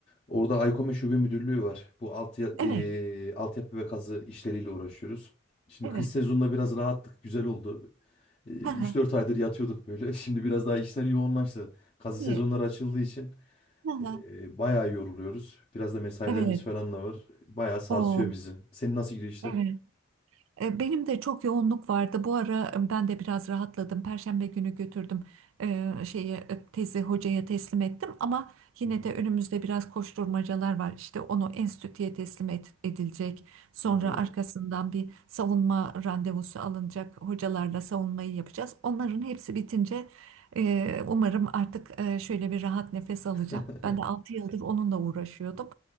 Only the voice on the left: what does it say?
Orada Aykome Şube Müdürlüğü var. Bu alt ya-
ee, altyapı ve kazı işleriyle uğraşıyoruz. Şimdi
kış sezonunda biraz rahattık. Güzel oldu. Ee, 3-4
aydır yatıyorduk böyle. <laughs> Şimdi biraz daha işler yoğunlaştı. Kazı
sezonları açıldığı için
ee, bayağı yoruluyoruz. Biraz da mesailerimiz
falan da var. Bayağı sarsıyor
bizi. Senin nasıl gidiyor işler?
Hı hı.
Oo.
<laughs>